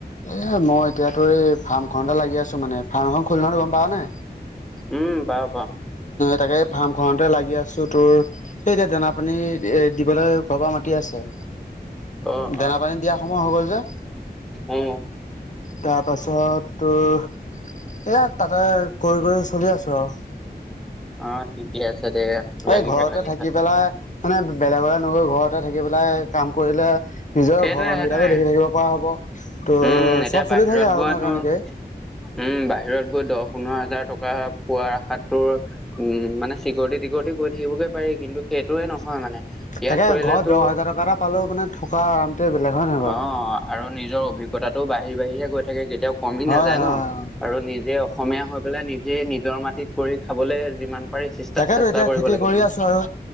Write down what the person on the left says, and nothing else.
এ মই এতিয়াতো এই ফাৰ্মখনতে লাগি আছো মানে। ফাৰ্ম এখন খুলিলো নহয় গম পাৱ নে?
তাকে ফাৰ্ম খনতে লাগি আছো তোৰ। সেই এতিয়া দানা-পানী এ দিবলৈ ঘৰৰ পৰা মাতি আছে।
দানা-পানী দিয়া সময় হয় গ'ল যে।
তাৰ পাছত তোৰ এয়া তাকে কৰি কৰি চলি আছো আও।
এই ঘৰতে
থাকি
পেলাই বেলেগলে নগৈ ঘৰতে থাকি পেলাই কাম কৰিলে নিজৰ
ঘৰৰ মানুহকেইটাকো
দেখি থাকিব পৰা হ'ব, তহ
চব চলি
থাকে আৰু
নহ
তেনেকে।
তাকে
ঘৰত
দহ হাজাৰ টকা এটা পালও মানে থকা আৰামটোৱে বেলেগ হয়। নহয় বাৰু?
হয়
হয়
তাকেতো এতিয়া
খেতি
কৰি
আছো আৰু।